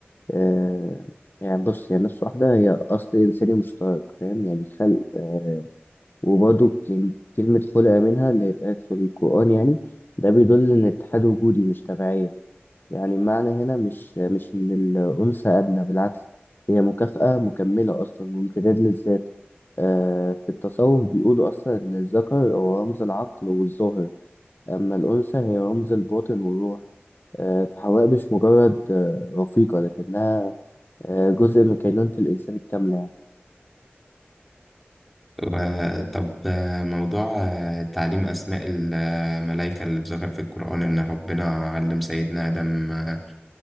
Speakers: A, on the left; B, in the centre.
A: آه يعني بص هي نفس واحدة هي أصل إنساني مشترك فاهم يعني خلق آه وبرضه ك- كلمة خلق منها اللي اتقالت في القرآن يعني ده بيدل إن الاتحاد وجودي مش تبعية يعني المعنى هنا مش مش إن الأنثى أدنى بالعكس هي مكافأة مكملة أصلا وامتداد للذات آه في التصوف بيقولوا أصلا إن الذكر هو رمز العقل والظاهر أما الأنثى هي رمز الباطن والروح آه فحواء مش مجرد آه رفيقة لكنها آه، جزء من كينونة الإنسان الكاملة يعني
B: و- طب آه، موضوع آه، تعليم أسماء الملائكة اللي اتذكر في القرآن إن ربنا علم سيدنا آدم آه،